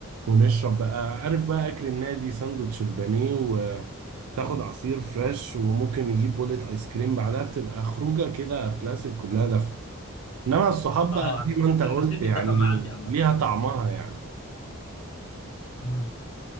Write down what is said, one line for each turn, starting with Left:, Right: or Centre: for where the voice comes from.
Right: ونشرب بقى عارف بقى أكل النادي ساندوتش البانيه وتاخد عصير فريش وممكن نجيب بولة آيس كريم بعدها بتبقى خروجة كده كلاسيك كلها دفء انما الصحاب
Left: اه
Right: بقى
Left: انا
Right: زي ما انت قلت
Left: حسيت بالدفى
Right: يعني
Left: من عندي عامة
Right: ليها طعمها يعني
Left: مم.